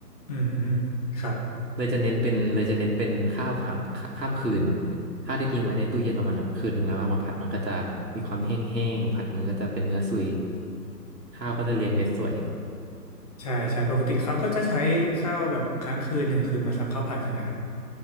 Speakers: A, on the left; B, on the right.
A: อืมอืมครับ
B: เลยจะเน้นเป็นเลยจะเน้นเป็นข้าวข้ามข้ามคืนข้าวที่ทิ้งไว้ในตู้เย็นประมาณแบบคืนหนึ่งแล้วเอามาผัดมันก็จะมีความแห้งๆผัดมันก็จะเป็นเนื้อสุยข้าวก็จะเรียงเม็ดสวย
A: ใช่ใช่ปกติเขาก็จะใช้ข้าวแบบค้างคืนหนึ่งคืนมาทำข้าวผัดกันนะครับ